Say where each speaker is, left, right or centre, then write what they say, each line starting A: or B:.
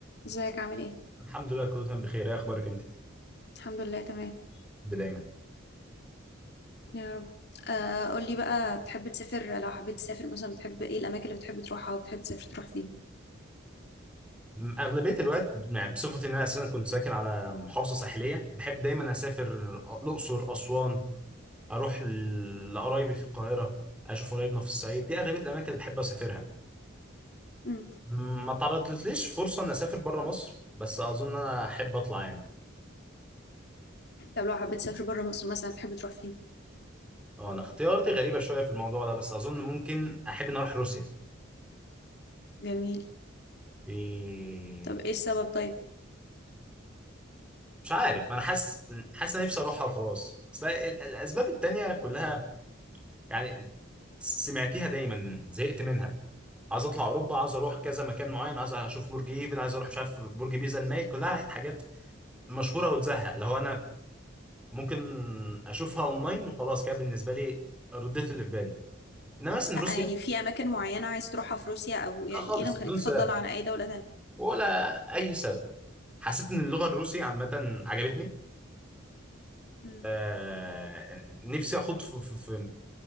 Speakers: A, on the left; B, in the centre.
A: ازيك عامل ايه
B: الحمد لله كله تمام بخير ايه اخبارك انت
A: الحمد لله تمام
B: دايما
A: يا رب آه قولي بقى بتحب تسافر لو حبيت تسافر مثلا بتحب ايه الاماكن اللي بتحب تروحها وبتحب تسافر تروح فين
B: م- اغلبيه الوقت يعني بصفتي ان انا اساسا كنت ساكن على محافظه ساحليه بحب دايما اسافر الاقصر اسوان اروح ل- لقرايبي في القاهره اشوف قرايبنا في الصعيد دي اغلبيه الاماكن اللي بحب اسافرها
A: مم.
B: م- ما تعرضتليش فرصه ان اسافر بره مصر بس اظن انا احب اطلع يعني
A: طب لو حبيت تسافر بره مصر مثلا بتحب تروح فين
B: اه انا اختياراتي غريبه شويه في الموضوع ده بس اظن ممكن احب ان اروح روسيا
A: جميل
B: إيه،
A: طب ايه السبب طيب
B: مش عارف انا حاسس حاسس ان أنا نفسي اروحها وخلاص بس لا، ال- الاسباب التانيه كلها يعني سمعتيها دايما زهقت منها عايز اطلع اوروبا عايز اروح كذا مكان معين عايز اشوف برج ايفل عايز اروح مش عارف برج بيزا المايل كلها حاجات مشهوره وتزهق اللي هو انا ممكن اشوفها اونلاين وخلاص كده بالنسبه لي رديت اللي في بالي انما مثلا
A: لا
B: روسيا
A: يعني في اماكن معينة عايز تروحها في روسيا او يعني
B: لا خالص
A: ايه اللي مخليك
B: بدون
A: تفضلها
B: سبب
A: عن اي دولة تانية
B: ولا اي سبب حسيت ان اللغه الروسيه عامه عجبتني
A: مم.
B: آه نفسي اخوض في في في